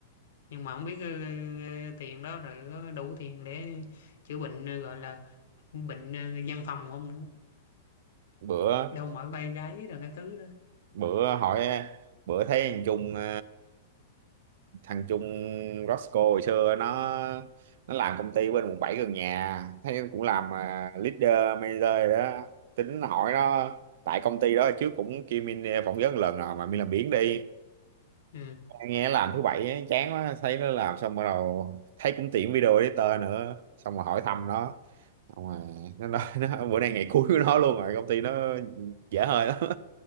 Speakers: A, on the left; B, on the right.
A: nhưng mà không biết ờ, ờ, tiền đó rồi có đủ tiền để chữa bệnh ờ, gọi là bệnh ờ, văn phòng không nữa
B: bữa
A: đâu mỏi vai gáy rồi cái thứ đó
B: bữa hỏi bữa thấy thằng Trung ờ, thằng Trung Roscoe hồi xưa nó nó làm công ty bên quận 7 gần nhà thấy cũng làm à, leader manager rồi đó tính hỏi nó tại công ty đó trước cũng kêu Min phỏng vấn lần rồi mà Min làm biếng đi
A: ừ.
B: nghe làm thứ bảy ấy, chán quá thấy nó làm xong bắt đầu thấy cũng tiện video editor nữa xong rồi hỏi thăm nó xong rồi nó nói <laughs> nó, bữa nay ngày cuối của nó luôn rồi công ty nó dễ hơi lắm